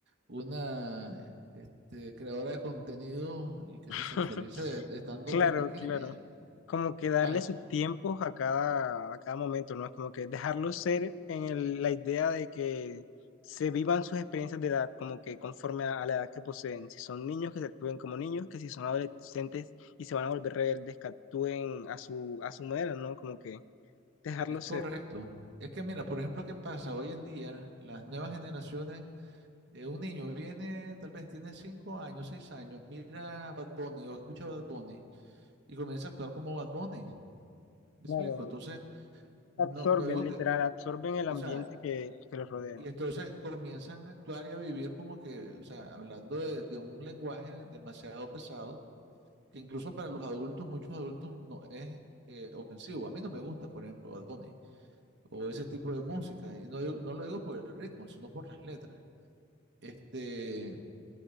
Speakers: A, on the right (about 60°); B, on the left (about 70°).
A: una, este, creadora de contenido y que
B: <laughs>
A: se sexualice estando
B: Claro,
A: muy pequeña,
B: claro. Como que
A: ¿ya?
B: darle su tiempo a cada, a cada momento, ¿no? Es como que dejarlos ser en el- la idea de que se vivan sus experiencias de edad, como que conforme a, a la edad que poseen. Si son niños, que se actúen como niños, que si son adolescentes y se van a volver rebeldes, que actúen a su, a su manera, ¿no? Como que dejarlos
A: Es correcto.
B: ser.
A: Es que mira, por ejemplo, ¿qué pasa? Hoy en día, las nuevas generaciones Eh, un niño viene, tal vez tiene cinco años, seis años, mira a Bad Bunny o escucha a Bad Bunny y comienza a actuar como Bad Bunny. ¿Me
B: Claro,
A: explico? Entonces, no,
B: absorben,
A: no digo
B: literal,
A: que,
B: absorben el ambiente
A: o sea,
B: que, que los rodea.
A: y entonces comienzan a actuar y a vivir como que, o sea, hablando de, de un lenguaje demasiado pesado, que incluso para los adultos, muchos adultos, no es eh, ofensivo. A mí no me gusta, por ejemplo, Bad Bunny o ese tipo de música. Y no, digo- no lo digo por el ritmo, sino por las letras. Este.